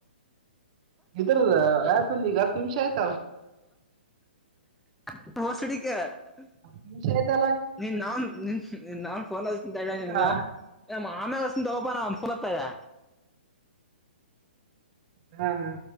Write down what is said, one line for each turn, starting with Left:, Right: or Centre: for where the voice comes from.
Right: ಇದ್ರದ ಅಪಿಂದು ಈಗ ಹತ್ತು ನಿಮಿಷ ಆಯ್ತಲ್ಲ
Centre: <unintelligible>
Right: <unintelligible>
Centre: ನೀನ್ ನಾನ್ ನಿನ್ ನಾನ್ ಫೋನ್ ಅಂತ ಹೇಳ
Right: ಹೌದಾ
Centre: ನಿನ್ಗ ಆಮ್ಯಗಸೋಪಾನಂದಫಲರ್ತದೆ
Right: ಹ್ಮ್ ಹ್ಮ್